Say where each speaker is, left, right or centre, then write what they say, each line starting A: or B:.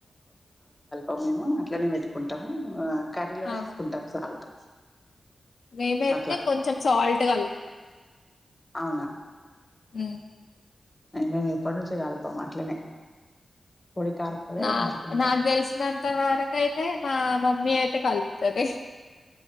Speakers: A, on the left (about 25°); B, on the left (about 75°).
A: అ మేము అట్లనే పెట్టుకుంటాము కర్రీలోనే
B: ఆ
A: వేసుకుంటాము సాల్ట్
B: మేమైతే
A: అట్లా
B: కొంచెం సాల్ట్ కలుతాం
A: అవునా
B: అ
A: మేము ఎప్పటి నుంచే కల్పము అట్లనే పొడి కారపొడే
B: నా
A: ఉంచుకుంటాము
B: నాకు తెలిసినంత వరకు అయితే మా మమ్మీ అయితే కలుపుతది